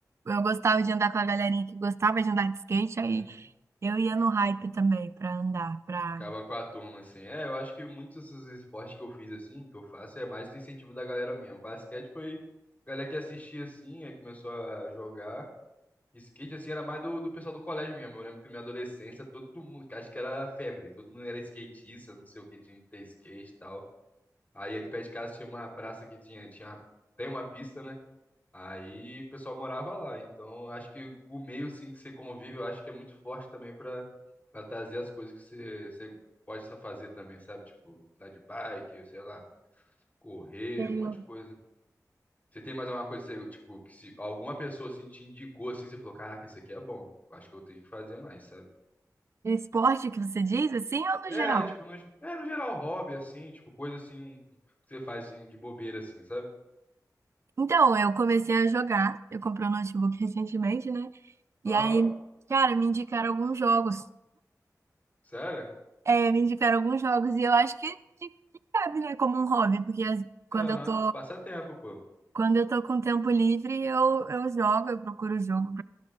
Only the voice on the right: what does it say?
eu gostava de andar com a galerinha que gostava de andar de skate,
aí eu ia no hype também pra andar, pra
Sim.
esporte que você diz, assim, ou no
geral?
Então, eu comecei a jogar, eu comprei um notebook <laughs> recentemente, né? E
aí, cara, me indicaram alguns jogos.
É, me indicaram alguns jogos e eu acho que, que, que cabe, né, como um hobby, porque as- quando
eu tô
quando eu tô com tempo livre, eu, eu jogo, eu procuro jogo